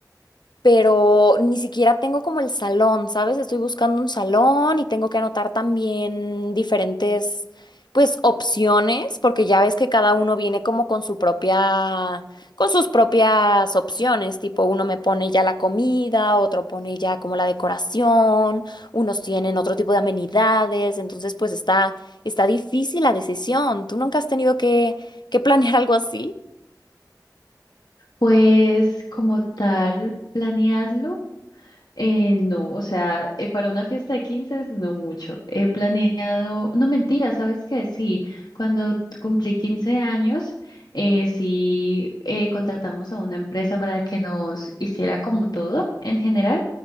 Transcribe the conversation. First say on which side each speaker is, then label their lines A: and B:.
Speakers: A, on the left (about 85°); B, on the left (about 70°).
A: pero ni siquiera tengo como el salón, ¿sabes? Estoy buscando un salón y tengo que anotar también diferentes, pues, opciones, porque ya ves que cada uno viene como con su propia, con sus propias opciones, tipo uno me pone ya la comida, otro pone ya como la decoración, unos tienen otro tipo de amenidades, entonces pues está, está difícil la decisión. ¿Tú nunca has tenido que, que planear algo así?
B: Pues como tal, planearlo. Eh, no, o sea, eh, para una fiesta de 15 es no mucho. He planeado, no mentira, ¿sabes qué? Sí, cuando t- cumplí 15 años, eh, sí eh, contratamos a una empresa para que nos hiciera como todo en general.